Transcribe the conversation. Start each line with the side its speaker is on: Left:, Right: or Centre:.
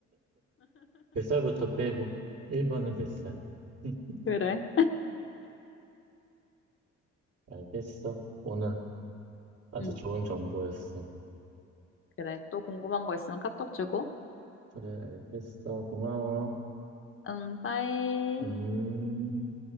Right: 뱃살부터 빼고 1번은 뱃살. <laughs>
Left: 그래.
Right: 알겠어. 오늘 아주
Left: 응,
Right: 좋은 정보였어.
Left: 그래. 또 궁금한 거 있으면 카톡 주고.
Right: 그래, 알겠어. 고마워.
Left: 응, 빠이.
Right: 음.